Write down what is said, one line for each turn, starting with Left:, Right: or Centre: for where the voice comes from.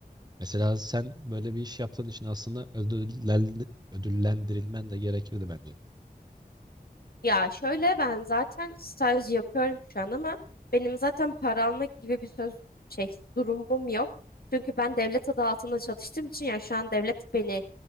Right: Mesela sen böyle bir iş yaptığın için aslında ödüllendi- ödüllendirilmen de gerekirdi bence.
Left: Ya şöyle ben zaten staj yapıyorum şu an ama benim zaten para alma gibi bir söz şey durumum yok. Çünkü ben devlet adı altında çalıştığım için yani şu an devlet beni